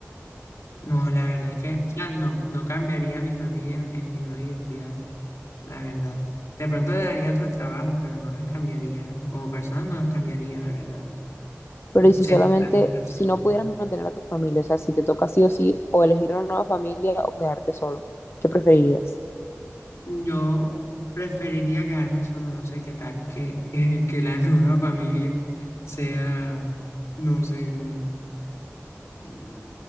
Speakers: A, on the left; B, on the left.
A: No, la verdad es que, o sea, no, no cambiaría a mi familia en, en mi nueva identidad, la verdad. De pronto le daría otros trabajos, pero no las cambiaría. eh. Como persona no las cambiaría, la verdad.
B: Pero
A: Mm,
B: y si
A: Sería
B: solamente,
A: mejor estar solo.
B: si no pudieras mantener a tu familia, o sea, si te toca sí o sí, o elegir una nueva familia o quedarte solo, ¿qué preferirías?
A: Yo preferiría quedarme solo, no sé qué tal, que, <laughs> que, que la nueva familia sea, no sé, como mm,